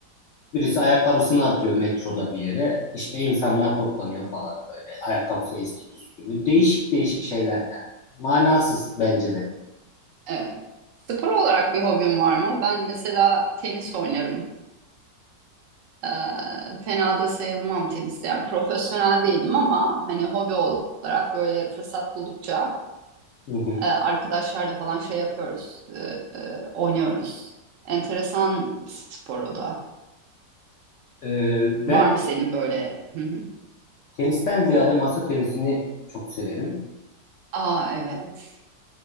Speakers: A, on the left; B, on the right.
A: birisi ayakkabısını atıyor metroda bir yere. İşte insanlar toplanıyor falan böyle. Ayakkabısı eski püskü. gibi. Değişik değişik şeyler yani. Manasız bence de.
B: Evet. Spor olarak bir hobim var mı? Ben mesela tenis oynarım. Eee, fena da sayılmam teniste. Yani profesyonel değilim ama hani hobi olarak böyle fırsat buldukça
A: Hı hı.
B: eee, arkadaşlarla falan şey yapıyoruz, eee, eee, oynuyoruz. Enteresan spor o da.
A: Eee, ben
B: Var mı senin böyle? Hı hı.
A: tenisten ziyade masa tenisini çok severim.
B: Aa evet.